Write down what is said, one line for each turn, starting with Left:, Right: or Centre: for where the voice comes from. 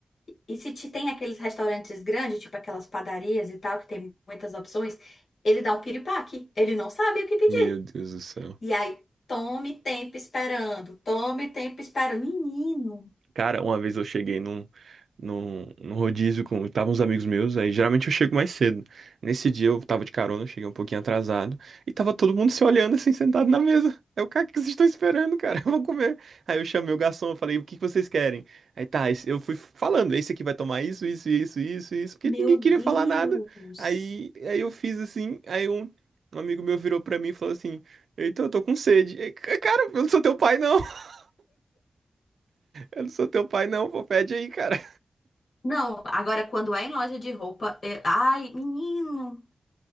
Left: E se te- tem aqueles restaurantes grandes, tipo aquelas padarias e tal, que tem muitas opções, ele dá um piripaque. Ele não sabe o que pedir.
Right: Meu Deus do céu.
Left: E aí, tome tempo esperando, tome tempo esperando. Menino,
Right: Cara, uma vez eu cheguei num, num, num rodízio com. Estavam uns amigos meus, aí geralmente eu chego mais cedo. Nesse dia eu tava de carona, cheguei um pouquinho atrasado, e tava todo mundo se olhando assim, sentado na mesa. Eu, cara, o que vocês estão esperando, cara? <laughs> Eu vou comer. Aí eu chamei o garçom, eu falei, o que que vocês querem? Aí tá, esse- eu fui falando, esse aqui vai tomar isso, isso, isso, isso, isso, porque
Left: meu
Right: ninguém
Left: Deus.
Right: queria falar nada. Aí, aí eu fiz assim, aí um, um amigo meu virou pra mim e falou assim: Eita, eu tô com sede. Aí, Cara, eu não sou teu pai, não. <laughs> Eu não sou teu pai, não. Pô, pede aí, cara.
Left: Não, agora quando é em loja de roupa, é- ai, menino.